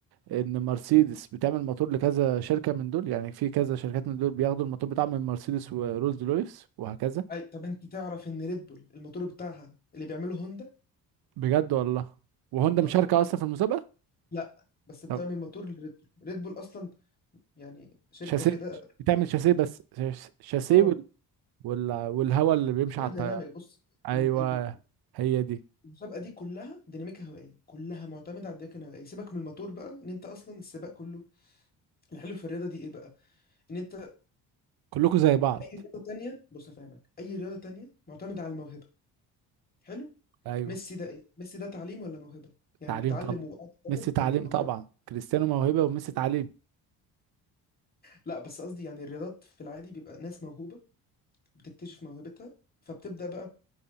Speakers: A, on the right (about 70°); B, on the left (about 25°).
A: ان مرسيدس بتعمل موتور لكذا شركة من دول يعني في كذا شركات من دول بياخدوا الموتور بتاعهم من مرسيدس ورولز رويس وهكذا
B: اي طب انت تعرف ان ريد بول الموتور بتاعها اللي بيعمله هوندا
A: بجد والله وهوندا
B: والله
A: مشاركة اصلا في المسابقة
B: لا بس بتعمل
A: طب
B: موتور لريد بول ريد بول اصلا يعني شركه
A: شاسيه
B: كده
A: بتعمل شاسيه بس شاس- شاسيه
B: اه
A: وال... وال... والهواء اللي بيمشي على
B: ايروديناميك
A: الطيارة
B: بص
A: ايوه
B: ال- ال- بت-
A: هي دي
B: المسابقه دي كلها ديناميكا هوائيه كلها معتمده على الديناميكا الهوائيه سيبك من الموتور بقى ان انت اصلا السباق كله الحلو في الرياضه دي ايه بقى ان انت
A: كلكم زي بعض
B: اي رياضه تانية بص افهمك اي رياضه تانية معتمده على الموهبه حلو
A: ايوه
B: ميسي ده ايه ميسي ده تعليم ولا موهبه يعني
A: تعليم
B: بيتعلم
A: طبعا
B: وقاعد يتدرب
A: ميسي تعليم
B: ولا موهبه
A: طبعا كريستيانو موهبة وميسي تعليم
B: لا بس قصدي يعني الرياضات في العادي بيبقى ناس موهوبة بتكتشف موهبتها فبتبدأ بقى